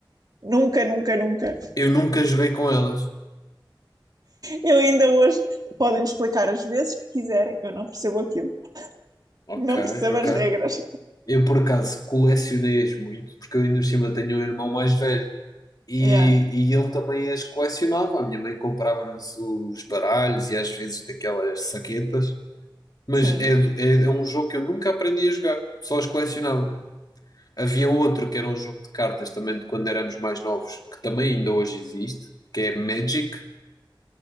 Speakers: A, on the right; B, on the left.
A: Nunca, nunca, nunca.
B: Eu nunca joguei com elas.
A: Eu ainda hoje podem me explicar as vezes que quiserem, eu não percebo aquilo.
B: Ok,
A: Não percebo
B: ok.
A: as regras.
B: Eu por acaso colecionei-as muito, porque eu ainda por cima tenho um irmão mais velho. E,
A: Yeah,
B: e ele também as colecionava. A minha mãe comprava-nos os baralhos e às vezes daquelas saquetas. Mas
A: sim,
B: é, é, é um jogo que eu nunca aprendi a jogar, só os colecionava. Havia outro que era um jogo de cartas também de quando éramos mais novos, que também ainda hoje existe, que é Magic.